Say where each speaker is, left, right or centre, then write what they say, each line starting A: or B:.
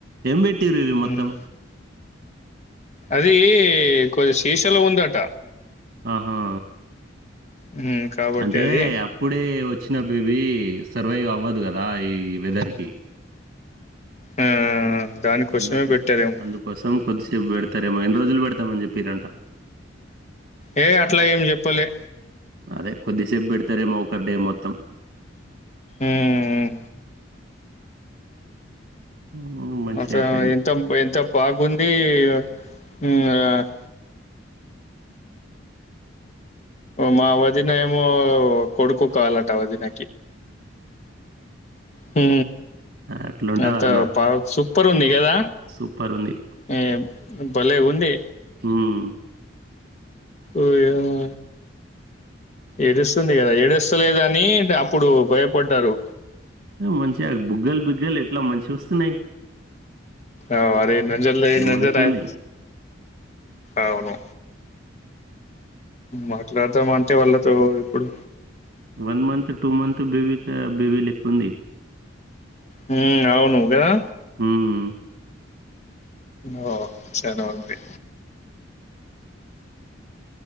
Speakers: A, on the right (about 55°); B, on the left (about 35°).
A: ఎం బేటూరు ఇవి
B: హ్మ్
A: మొత్తం
B: అది కొది సీషలో ఉందట
A: అహో
B: హ్మ్ కాబట్టి
A: అంటే
B: అది
A: అప్పుడే వా చ్చిన బేబీ సర్వైవ్ అవ్వదు కదా ఈ వెదర్ కి
B: ఆ దానికోసమే
A: అందుక
B: పెట్టారేమో
A: అందుకోసం కొద్దిసేపు పెడ తారేమో ఎన్ని రోజులు పెడతామని చెప్పిరంట
B: ఏ అట్లా ఏం చెప్పలే
A: అదే కొద్దిసేపు పెడతారేమో ఒకరిడే మొత్తం
B: ఉమ్
A: హ్మ్. మంచిగా
B: అస
A: అయిపోయింది.
B: ఎంత ఎంత బాగుంది <unintelligible> మా వదిన ఏమో కొడుకు కావాలంట వదిన హు
A: అట్లుంటదా
B: అంతే
A: అన్న.
B: పాప సూపర్ ఉంది ఏద
A: సూపరుంది.
B: ఏ భలే ఉంది
A: హ్మ్.
B: ఓయమ్మ ఏడుస్తుంది కదా ఏడస్తలేదని అప్పుడు భయపడ్డారు
A: మంచిగా బుగ్గలు బిగ్గలు ఎట్లా మంచిగా వస్తున్నాయి
B: అ వారే <unintelligible>
A: మంచిగున్నాయి.
B: అవును మాట్లాడదాం అంటే వాళ్ళతో ఇప్పుడు
A: one month two month baby baby లెక్ ఉంది
B: హు అవును కదా
A: హ్మ్.
B: ఓ చానా మంది